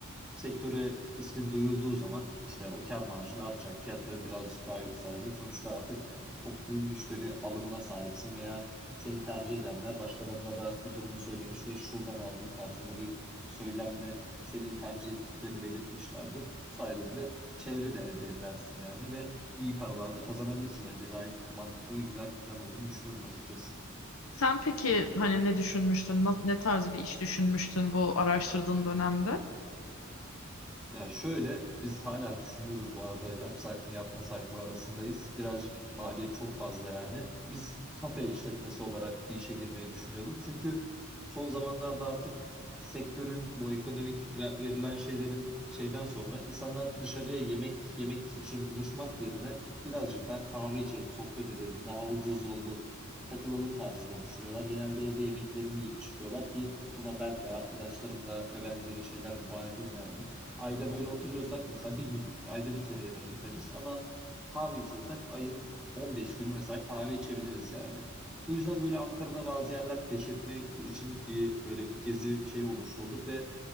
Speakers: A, in the centre; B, on the left.
A: sektöre ismin duyulduğu zaman işte o kar marjın artacak, fiyatların birazcık daha yükselecek. Sonuçta artık toplu müşteri alımına sahipsin veya seni tercih edenler başkalarına da bu durumu söylemiş ve şuradan aldım tarzında bir söylemle seni tercih ettiklerini belirtmişlerdir. Bu sayede de çevre de elde edersin yani ve iyi paralar da kazanabilirsin bence. Gayet mantıklı ve güzel bir plan olduğunu düşünüyorum açıkçası.
B: Sen peki hani ne düşünmüştün? na- Ne tarz bir iş düşünmüştün bu araştırdığın dönemde?
A: Ya şöyle biz hala düşünüyoruz bu arada yapsak mı yapmasak mı arasındayız. Birazcık maliyet çok fazla yani. Biz kafe işletmesi olarak bir işe girmeyi düşünüyorduk. Çünkü son zamanlarda artık sektörün bu ekonomik ve- verilen şeylerin şeyden sonra insanlar dışarıya yemek yemek için buluşmak yerine birazcık daha kahve içelim, sohbet edelim, daha ucuz yollu takılalım tarzında düşünüyorlar. Genelde evde yemeklerini yiyip çıkıyorlar ki buna ben de arkadaşlarım da ve benzeri şeyler de dahil yani. Ayda böyle oturuyorsak mesela bir gün ayda bir kere yemeğe gideriz ama kahve içiyorsak ayın 15 günü mesela kahve içebiliriz yani. Bu yüzden böyle Ankara'da bazı yerler keşfetmek için bir böyle bir gezi şeyi oluşturduk ve